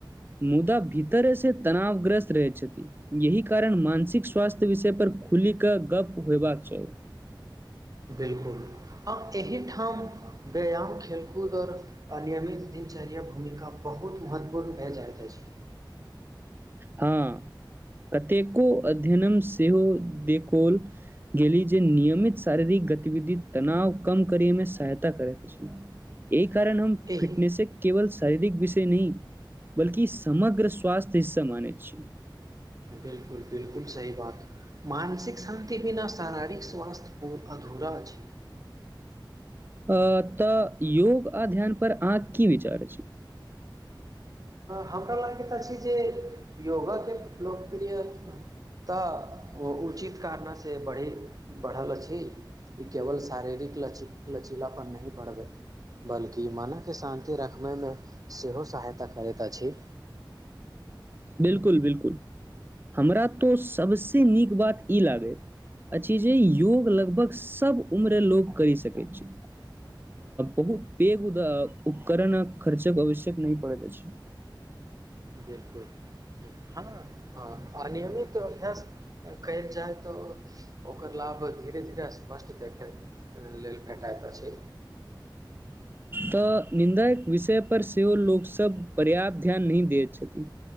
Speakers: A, on the right; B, on the right.
A: मुदा भीतरेसँ तनावग्रस्त रहैत छथि यही कारण मानसिक स्वास्थ्य विषय पर खुली कऽ गप होयबाक चाही।
B: बिलकुल आ एहिठाम व्यायाम खेलकूद ओर अनियमित दिनचर्या भूमिका बहुत महत्वपूर्ण भए जाइत रहल छै।
A: हँ कतेको अध्ययनम सेहो देखल गेली जे नियमित शारीरिक गतिविधि तनाव कम करे मे सहायता करैत छी ऐ कारण हम
B: एहि
A: फिटनेस से केवल सब शारीरिक विषय नहि बल्ि समग्र स्वास्थ्य सममान छी।
B: बिलकुल बिलकुल सही बात मानसिक शान्ति बिना शारीरिक स्वास्थ्य पू अधूरा छै।
A: अ त योग आध्यान पर अहाँ की विचार छी।
B: हमरा लागैत तऽ अछि जे योगाके लोकप्रिय तऽ उचित कारनासँ बढ़ी बढ़ल अछि ई केवल शारीरिक लचीलाप नहि पढ़बैत बल्कि मनके शान्ति रखबैमे सेहो सहायता करैत अछि
A: बिलकुल बिलकुल। हमरा तो सबस नीक बात ई लागैत अछि जे योग लगभग सब उम्र लोकोग करि सकैत छै बहुत पेघ उपकरणक खर्चक आवश्यक नहि पड़ैत अछि।
B: बिलकुल हँ ह अ नियमित अभ्यास कयल जाय तऽ ओकर लाभ धीरे धीरे स्पष्ट देखै लेल भेटइत अछि।
A: तऽ निन्दाय विषय पर सेहो लोकसभ पर्याप्त ध्यान नहि दैत छथिन